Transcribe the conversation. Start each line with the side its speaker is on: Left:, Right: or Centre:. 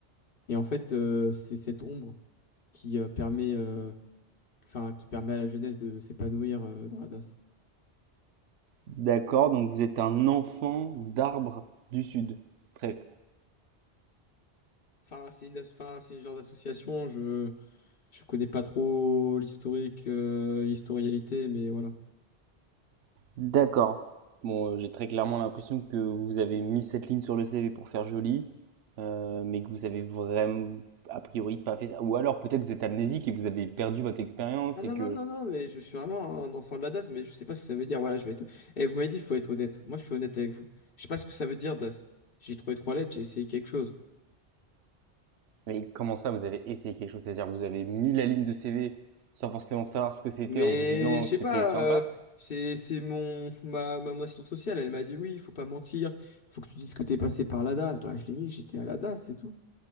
Left: Et en fait, euh, c'est cette ombre qui euh, permet, euh, enfin, qui permet à la jeunesse de s'épanouir euh, dans la DAS.
Right: D'accord, donc vous êtes un enfant d'arbre du Sud. Très
Left: Enfin, c'est une, as- enfin, c'est le genre d'association. Je, je connais pas trop l'historique, euh, l'historialité, mais voilà.
Right: D'accord. Bon, euh, j'ai très clairement l'impression que vous avez mis cette ligne sur le CV pour faire joli, euh, mais que vous avez vraiment, a priori, pas fait ça. Ou alors peut-être vous êtes amnésique et vous avez perdu votre expérience
Left: Ah non,
Right: et que...
Left: non, non, non, mais je suis vraiment un enfant de la DAS, mais je sais pas ce que ça veut dire. Voilà, je vais être. Et vous m'avez dit, il faut être honnête. Moi, je suis honnête avec vous. Je sais pas ce que ça veut dire, DAS. J'ai trouvé trois lettres, j'ai essayé quelque chose.
Right: Mais comment ça, vous avez essayé quelque chose? C'est-à-dire vous avez mis la ligne de CV sans forcément savoir ce que c'était
Left: Mais
Right: en vous disant
Left: je sais
Right: que c'était
Left: pas,
Right: sympa?
Left: euh, c'est c'est mon ma, ma, mon assistante sociale, elle m'a dit, oui, il faut pas mentir, faut que tu dises que t'es passé par la DAS. Bah, je l'ai mis, j'étais à la DAS, c'est tout.